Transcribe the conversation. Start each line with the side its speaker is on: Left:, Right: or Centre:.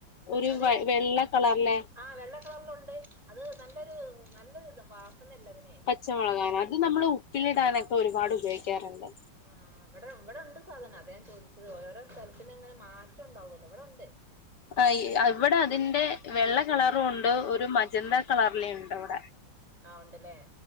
Left: ഒര്
Right: അതെ
Left: വൈ വെള്ള കളറ്ല്ലേ
Right: ആ വെള്ളക്കളറലുണ്ട് അത് നല്ലൊരു നല്ലൊരുത് വാസനല്ലതിന്.
Left: പച്ചമുളകാണൊ അത് നമ്മള് ഉപ്പിലിടാനൊക്കെഒരുപാട് ഉപയോഗിക്കാറുണ്ട്.
Right: ആഹ് ഇവിടെഇവിടെണ്ട് സാധനം അതെഞാൻ ചോദിച്ചത് ഓരോരോ സ്ഥലത്തിനങ്ങനെ മാറ്റംണ്ടാവല്ലോ.. ഇവിടെ ഉണ്ട്.
Left: അയ് വടതിന്റെ വെള്ള കളറുണ്ട് ഒരു മജന്ത കളറിലേണ്ട്ഇവടെ.
Right: ആ ഉണ്ട്ലെ?